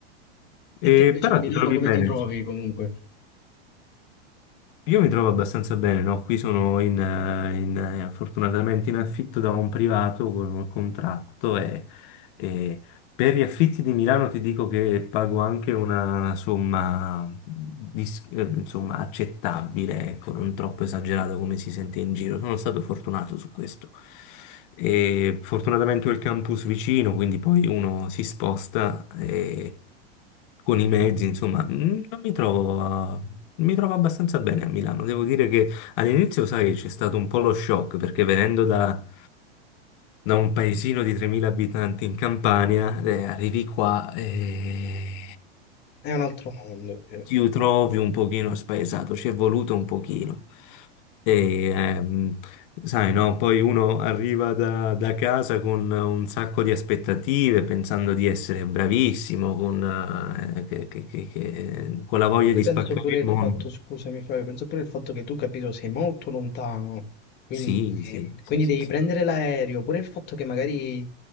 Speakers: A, on the left; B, on the left.
A: E,
B: E te invece
A: però
B: a Milano
A: ti trovi
B: come
A: bene.
B: ti trovi comunque?
A: Io mi trovo abbastanza bene, no? Qui sono in, eh, in, eh, fortunatamente in affitto da un privato con un contratto e, Per gli affitti di Milano ti dico che pago anche una somma, dis- eh, insomma, accettabile, ecco, non troppo esagerato come si sente in giro. Sono stato fortunato su questo. E fortunatamente ho il campus vicino, quindi poi uno si sposta e con i mezzi, insomma, mm, non mi trovo, a- mi trovo abbastanza bene a Milano. Devo dire che All'inizio, sai, c'è stato un po' lo shock perché venendo da, da un paesino di 3.000 abitanti in Campania, eh, arrivi qua e
B: È un altro mondo, sì.
A: ti trovi un pochino spaesato, ci è voluto un pochino. E, ehm, sai, no? Poi uno arriva da, da casa con un sacco di aspettative, pensando di essere bravissimo, con, eh, che- che- che- che- con la voglia
B: Ma poi
A: di
B: penso
A: spaccare
B: pure
A: il
B: il
A: mondo.
B: fatto, scusami Flavio, penso pure il fatto che tu, capito, sei molto lontano, quindi,
A: Sì, sì,
B: quindi
A: sì, sì,
B: devi
A: sì.
B: prendere l'aereo, pure il fatto che magari,